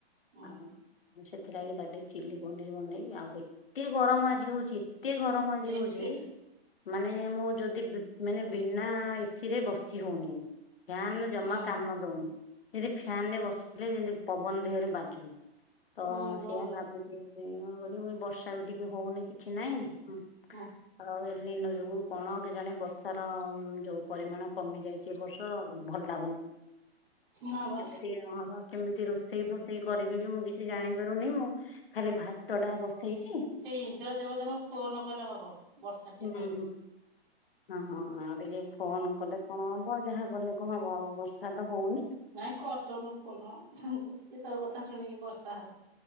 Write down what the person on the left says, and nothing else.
ଆଉ
ମୁଁ ସେଥିଲାଗି ତାର ଟିକେ ଚିଲି ପନିର୍ ବନେଇବି। ଏତେ ଗରମ ଆଜି ହଉଚି। ଏତେ ଗରମ ଆଜି
ହଉଚି।
ମାନେ ମୁଁ ଯଦି ବି ମାନେ ବିନା ଏସି ରେ ବସି ହଉନି। ଫ୍ୟାନ୍ ଜମା
କାମ ଦଉନି। ଯେଦି ଫ୍ୟାନରେ ବସିଲେ ଯେମତି ପବନ ଦେହରେ ବାଜୁନି ତ
<unintelligible> ବର୍ଷା ବି ଟିକେ ହୋଉନି କିଛି ନାଇଁ।
ଆଉ ଏ ନିିନ ଯୋଗୁ କଣ କେଜାଣି ବର୍ଷାର ଯୋଉ ପରିମାଣ କମି ଯାଇଚି ଏ ବର୍ଷ ଭଲ ଲାଗୁନି
ଯେମିତି କି ଆ ହଁ ପା କେମିତି ରୋଷେଇ ଫୋଷେଇ କରିବି ବି ମୁଁ କିଛି ଜାଣିପାରୁନି। ହୁଁ ଖାଲି ଭାତଟା ବସେଇଚି।
ହୁଁ
ହୁଁ ହଁ ହଁ ଆଉ ଟିକେ ଫୋନ କଲେ କଣ ହବ ଯାହା କଲେ କଣ ହବ ଆଉ ବର୍ଷା ତ ହୋଉନି।